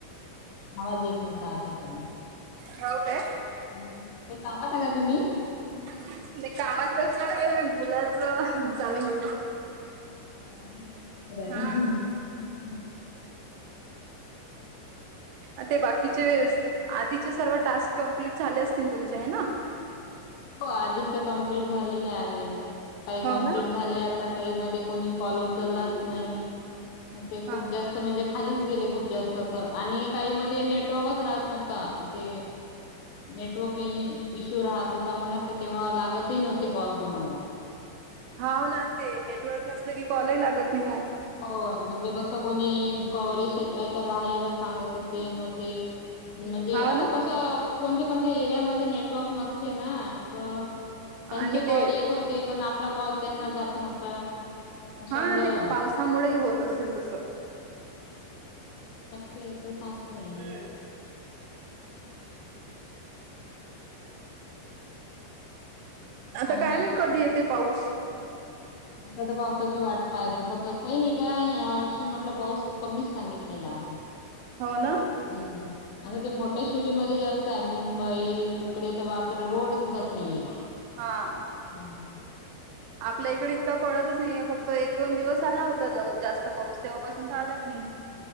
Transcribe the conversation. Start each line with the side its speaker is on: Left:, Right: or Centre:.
Left: आवाज येत नव्हता आतापर्यंत.
Right: हो काय
Left: काही कामात आहे का तुम्ही?
Right: नाही कामात कसलंय मुलाचं चालू होत
Left: बरोबर आहे.
Right: ह हा
Left: <unintelligible>
Right: आ ते बाकीचे आधीचे सर्व टास्क कंप्लीट झाले असतील तुमचे है ना?
Left: हो आधीचे कंप्लीट झालेले आहेत काही कंप्लीट
Right: हो ना
Left: झाले आता काही मधे कोणी कॉल उचललाच नाही. अशे
Right: हा
Left: खूप जास्त म्हणजे खालीच गेले खूप जास्त तर आणि काही मध्ये नेटवर्कच राहत नव्हता ते नेटवर्क इश्यू राहत हो आता मनं तेव्हा लागतही नव्हते कॉल कोणाला
Right: हावं ना ते नेटवर्क नसलं की कॉलही लागत नाही मग
Left: हो म्हणजे कसं कोणी कव्हरेज क्षेत्राच्या बाहेर सांगत होते नोते म्हणजे
Right: हाव
Left: आता
Right: ना
Left: कसं कोणत्या कोणत्या एरियामध्ये नेटवर्क नसते ना. तं त्यांचे
Right: आणि ते
Left: कॉल येत होते पण आपला कॉल त्यांना जात नव्हता. अशामुळं
Right: हा ते पावसामुळे होत असेल तसं.
Left: ते ते सांगता नाही
Right: हम्म
Left: येत. चांगलं
Right: आता काय
Left: आहे.
Right: माहित कधी येते पाऊस?
Left: आता तर पावसाची वाट पाहत बसा तसंही न काय आहे या वर्षी म्हटलं पाऊस कमीच सांगितलेला आहे.
Right: हो ना
Left: हम्म आता ते मोठ्या सिटीमध्ये जास्त आहे मुंबई तिकडे तर बापरे रोड दिसत नाहीये.
Right: हा
Left: हं हं
Right: आपल्या इकडे इतका पडतच नाहीे फक्त एक दोन दिवस आला होता जास्त पाऊस तेव्हापासून तर आलाही नाही. <inaudible>